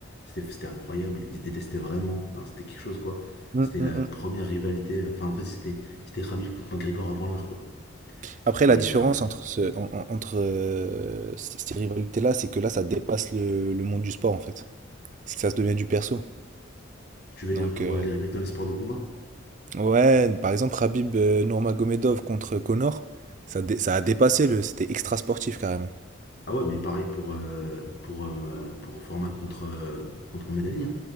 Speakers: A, on the left (about 55°); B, on the right (about 40°).
A: C'était c'était incroyable. Ils se détestaient vraiment. Enfin, c'était quelque chose, quoi.
B: Hum,
A: C'était
B: hum,
A: la
B: hum.
A: première rivalité. euh, Enfin, en fait, c'était c'était Khabib contre McGregor avant l'heure, quoi.
B: Après,
A: Et
B: la différence
A: euh,
B: entre, ce, en- en- entre euh, ces ces rivalités-là, c'est que là, ça dépasse le, le monde du sport, en fait. C'est que ça se devient du perso.
A: tu veux
B: Donc,
A: dire pour
B: euh,
A: euh, les rivalités dans les sports de combat
B: ouais, par exemple, Khabib euh, Nurmagomedov contre Conor, ça, dé- ça a dépassé le... C'était extra sportif, carrément.
A: Ah ouais, mais pareil pour, euh, pour, euh, pour Foreman contre, euh, contre Medali. hein.